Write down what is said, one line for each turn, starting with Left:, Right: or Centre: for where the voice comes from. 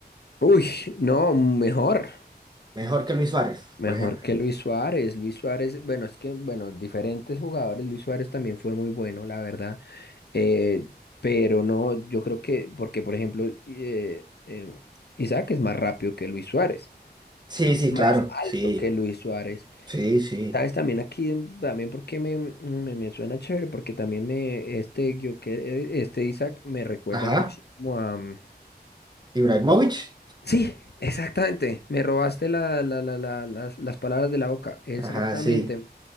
Left: Uy, no, mejor.
Right: Mejor que Luis Suárez,
Left: Mejor
Right: por ejemplo.
Left: que Luis Suárez. Luis Suárez, bueno, es que, bueno, diferentes jugadores. Luis Suárez también fue muy bueno, la verdad. eh, pero no, yo creo que, porque por ejemplo, eh, em, Isaac es más rápido que Luis Suárez,
Right: Sí, sí,
Left: más
Right: claro.
Left: alto
Right: Sí,
Left: que Luis Suárez.
Right: sí, sí.
Left: ¿Sabes? También aquí, em, también porque me, mm, me, me suena chévere, porque también me, este, yo, que, este Isaac me recuerda
Right: Ajá.
Left: muchísimo a... mm,
Right: Ibrahimovic.
Left: Sí, exactamente. Me robaste la, la, la, la- las, las palabras de la boca. Exactamente.
Right: Ajá, sí.